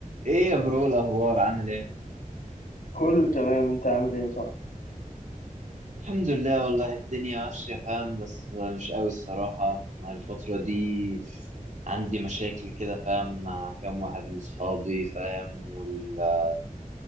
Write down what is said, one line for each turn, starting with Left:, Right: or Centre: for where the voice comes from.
Right: ايه يا برو الاخبار عامل ايه
Left: كله تمام انت عامل ايه صح
Right: الحمد لله والله الدنيا ماشيه فاهم بس مش قوي الصراحه مع الفتره دي عندي مشاكل كده فاهم مع كام واحد من صحابي فاهم والدنيا